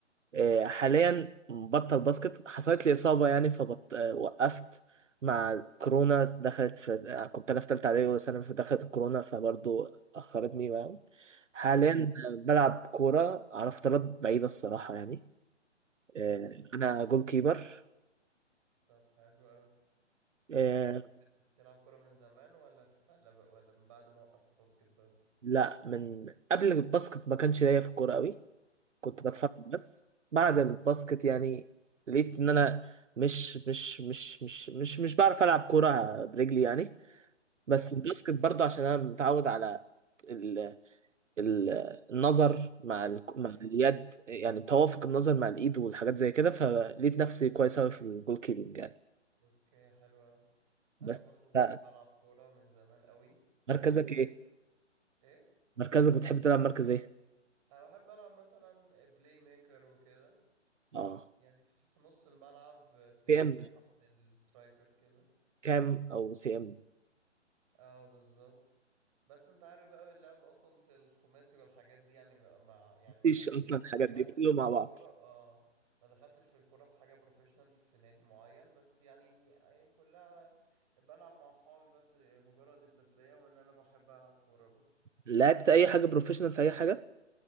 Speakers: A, on the right; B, on the right.
A: آه، حاليا بطل باسكت حصلت لي إصابة يعني فبط... آه، وقفت مع كورونا دخلت في آه، كنت أنا في تالتة إعدادي ولا ثانوي فدخلت الكورونا فبرضو أخرتني يعني حاليا
B: اه
A: آه، بلعب كورة على فترات بعيدة الصراحة يعني آه،
B: ايوه
A: أنا جول كيبر
B: طب حلو قوي
A: آه،
B: ايه بخ- بتلعب كورة من زمان ولا ف... ولا ب... ولا من بعد ما وقفت باسكت بس
A: لا من قبل الباسكت ما كانش ليا في الكورة قوي كنت بتفرج
B: تمام
A: بس بعد الباسكت يعني لقيت إن أنا مش مش مش مش مش مش بعرف ألعب كورة برجلي يعني بس
B: اه
A: الباسكت برضه عشان انا متعود على ال... ال... النظر
B: مم.
A: مع ال...
B: ايوه
A: مع اليد يعني توافق النظر مع الايد والحاجات زي كده فلقيت نفسي كويس قوي في الجول كيبنج يعني
B: اوكي حلو قوي انا
A: بس
B: برضو بحب
A: ف-
B: العب كورة من زمان قوي
A: مركزك
B: من
A: ايه؟
B: ايه
A: مركزك بتحب تلعب مركز ايه؟
B: انا بحب العب مثلا بلاي ميكر وكده
A: اه
B: يعني في في نص الملعب بلاي
A: سي
B: ميكر
A: ام
B: تحت السترايكر كده
A: كام او سي ام
B: اه بالظبط بس انت عارف بقى اللعب اصلا في الخماسي والحاجات دي يعني ما ما- يعني
A: مفيش
B: ما كان-
A: اصلا الحاجات
B: ما دخلتش
A: دي كله
B: في
A: مع
B: الكوره
A: بعض
B: اه ما دخلتش في الكوره في حاجه بروفيشنال في نادي معين بس يعني هي كلها بلعب مع اصحابي بس مجرد التسليه وان انا بحب العب كوره بس
A: لعبت اي حاجه بروفيشنال في اي حاجه؟